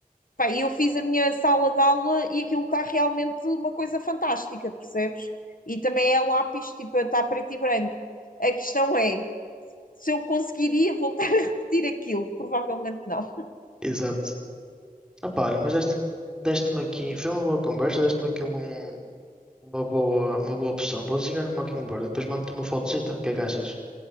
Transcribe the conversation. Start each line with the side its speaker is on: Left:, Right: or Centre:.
Left: Pá, e eu fiz a minha sala de aula e aquilo está realmente uma coisa fantástica, percebes? E também é lápis, tipo, está preto e branco. A questão é, se eu conseguiria voltar <laughs> a repetir aquilo, provavelmente não.
Centre: Exato. Ah, pá, olha, mas deste, deste-me aqui. Foi uma boa conversa, deste-me aqui um bom- uma boa, uma boa opção. Vou desenhar um Mockingbird e depois mando-te uma fotocita. O que é que achas?